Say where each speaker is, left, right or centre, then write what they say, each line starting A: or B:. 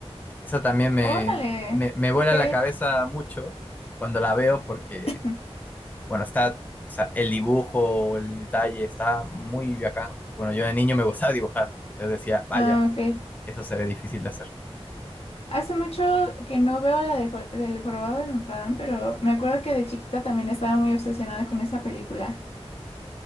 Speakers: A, on the left (about 15°); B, on the left (about 70°).
A: Esa también me,
B: Órale.
A: me, me vuela
B: Ok.
A: la cabeza mucho cuando la veo porque,
B: <laughs>
A: bueno, está, o sea, el dibujo, el detalle está muy bacán. Bueno, yo de niño me gustaba dibujar. Entonces decía, vaya,
B: Ah, ok.
A: eso se ve difícil de hacer.
B: Hace mucho que no veo la de Jo- del Jorobado de Notre Dame, pero me acuerdo que de chiquita también estaba muy obsesionada con esa película.